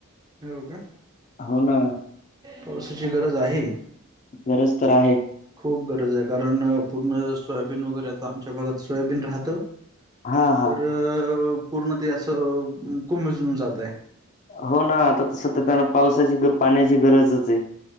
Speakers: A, on the right; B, on the left.
A: हो का.
B: होना.
A: पावसाची गरज आहे.
B: गरज तर आहेत.
A: खूप गरज आहे कारण पूर्ण सोयाबीन वगैरे आमच्या भागात सोयाबीन राहतं.
B: हा हा
A: तर पूर्ण ते असं कोमजून जात आहे.
B: हो ना आता तसत त्यांला पावसाची पाण्याची गरजच आहे.